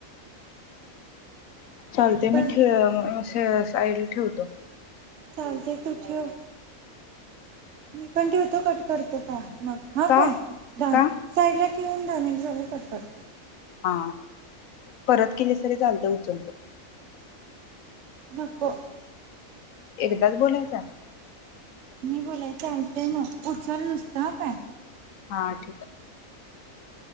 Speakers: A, on the left; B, on the right.
A: चालते
B: बर
A: मी साईडला ठेवतो.
B: ते तो ठेव. मी पण ठेवतो कट करतो का मग हा
A: का
B: काय.
A: का
B: साईड ला ठेवन दहा मिनिट झालं कटपत.
A: हा परत केली तरी चालते <unintelligible>
B: नको!
A: एकदाच बोलायचा.
B: मी बोलायच आलते न उचाल नुसतं काय?
A: हां ठीक आहे.